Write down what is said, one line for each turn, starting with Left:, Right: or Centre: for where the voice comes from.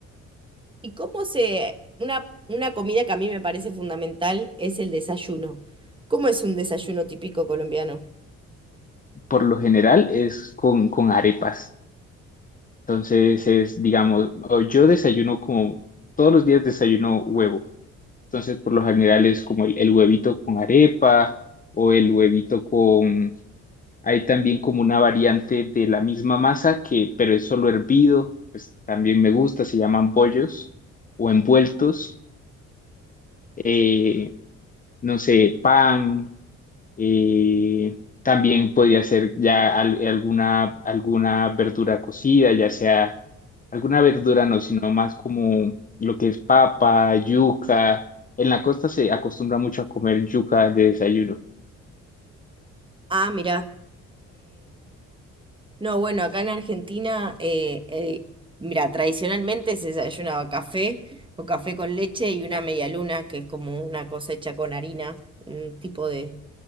Right: ¿Y cómo se, una, una comida que a mí me parece fundamental es el desayuno? ¿Cómo es un desayuno típico colombiano?
Left: Por lo general es con, con arepas, entonces es, digamos, o yo desayuno como todos los días desayuno huevo Entonces, por lo general es como el, el huevito con arepa o el huevito con... Hay también como una variante de la misma masa que, pero es solo hervido, pues también me gusta, se llaman bollos o envueltos. Eh, no sé, pan, eh, también podría ser ya al- alguna, alguna verdura cocida, ya sea alguna verdura no, sino más como lo que es papa, yuca. En la costa se acostumbra mucho a comer yuca de desayuno.
Right: Ah, mira, No, bueno, acá en Argentina, eh, eh, mira, tradicionalmente se desayunaba café o café con leche y una media luna, que es como una cosecha con harina, un tipo de,